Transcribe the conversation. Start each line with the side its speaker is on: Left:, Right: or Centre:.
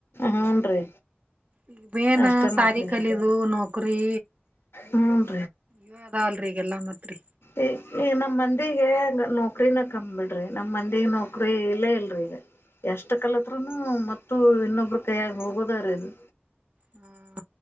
Left: ಹೂನ್ ರೀ
Right: ಈಗ ಮೇನ್
Left: ಅಷ್ಟ
Right: ಸಾಲಿ
Left: ಮಾಡ್ತೇವ್ರಿ
Right: ಕಲೆದು ನೌಕರಿ
Left: ಹೂನ್
Right: <unintelligible> ಎಲ್ಲ ಮಾತ್ರಿ
Left: ಈ ಈಗ ನಮ್ ಮಂದಿಗ, ನೌಕ್ರಿನ ಕಾಮ್ಡ್ರಿ ನಮ್ ಮಂದಿಗ್ ನೌಕ್ರಿ ಇಲ್ಲೇ ಇಲ್ರೀ ಈಗ. ಎಷ್ಟು ಕಾಲದರುೂನು ಮ ಅಷ್ಟು ಇನ್ನೊಬರು ಕೈಯಗ ಹೋಗೋದಾರ ಅದು
Right: ಹ್ಮ